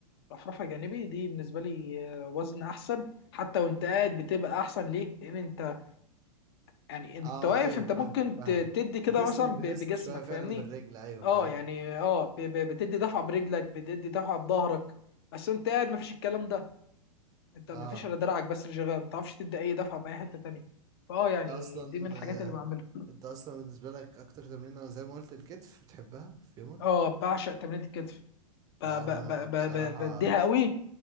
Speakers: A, on the left; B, on the right.
A: رفرفه جانبي دي بالنسبه لي آه، وزن احسن حتى وانت قاعد بتبقى احسن ليه لان انت يعني انت
B: اه
A: واقف
B: ايوه
A: انت
B: فاهم
A: ممكن
B: فاهم
A: ت- تدي كده
B: بتسند
A: مثلا ب-
B: بتسند
A: بجسمك
B: شوية فعلا
A: فاهمني
B: بالرجل ايوه
A: اه
B: فاهم
A: يعني اه ب- ب- بتدي دفعه برجلك بتدي دفعه بظهرك بس انت قاعد مفيش الكلام ده انت
B: اه
A: مفيش الا دراعك بس اللي شغال ما تعرفش تدي اي دفعه باي حته تانية فاه يعني
B: ده اصلا
A: دي من الحاجات
B: آه،
A: اللي بعملها
B: انت اصلا بالنسبه لك اكتر تمرين زي ما قلت الكتف بتحبها في يومك
A: اه بعشق تمرينة الكتف ب-
B: لا انا
A: ب- ب-
B: بصراحه
A: ب- ب- بديها قوي